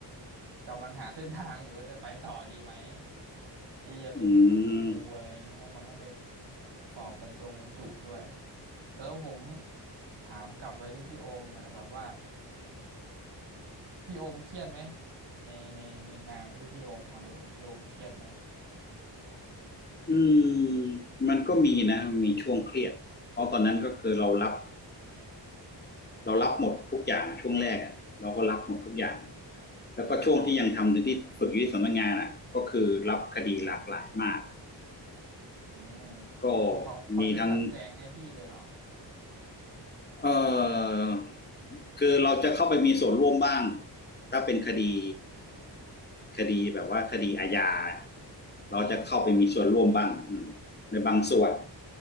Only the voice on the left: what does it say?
อืม
อืมมันก็มีนะมนมีช่วงเครียดเพราะตอนนั้นก็คือเรารับเรารับหมดทุกอย่างอะช่วงแรกอะเราก็รับหมดทุกอย่าง
แล้วก็ช่วงที่ยังทำอยู่ที่ฝึกอยู่ที่สำนักงานอ่ะก็คือรับคดีหลากหลายมาก
ก็
มีทั้ง เอ่อคือเราจะเข้าไปมีส่วนร่วมบ้างถ้าเป็นคดีคดีแบบว่าคดีอาญา
เราจะเข้าไปมีส่วนร่วมบ้างในบางส่วน